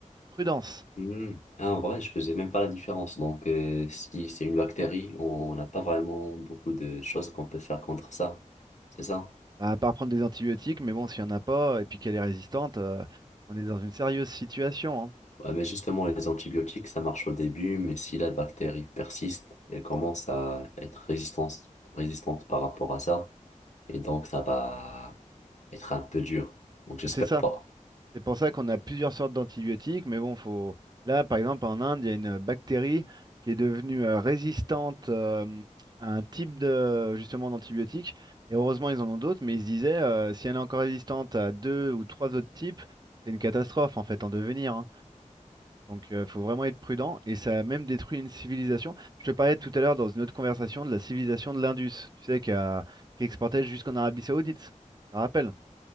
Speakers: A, on the right; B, on the left.
A: prudence.
B: hum. Ah, en vrai, je faisais même pas la différence. Donc, euh, si c'est une bactérie, on n'a pas vraiment beaucoup de choses qu'on peut faire contre ça. C'est ça?
A: Bah, à part prendre des antibiotiques, mais bon, s'il n'y en a pas, et puis qu'elle est résistante, euh, on est dans une sérieuse situation, hein.
B: Ouais, mais justement, les antibiotiques, ça marche au début, mais si la bactérie persiste, elle commence à être résistante, résistante par rapport à ça. Et donc, ça va être un peu dur. Donc, j'espère
A: Bah, c'est ça.
B: pas.
A: C'est pour ça qu'on a plusieurs sortes d'antibiotiques, mais bon, faut... Là, par exemple, en Inde, il y a une bactérie qui est devenue euh, résistante euh, à un type de, justement, d'antibiotique. Et heureusement, ils en ont d'autres, mais ils se disaient, euh, si elle est encore résistante à deux ou trois autres types, c'est une catastrophe, en fait, en devenir, hein. Donc, il faut vraiment être prudent. Et ça a même détruit une civilisation. Je te parlais tout à l'heure dans une autre conversation de la civilisation de l'Indus, tu sais, qui a- qui exportait jusqu'en Arabie Saoudite. Je me rappelle.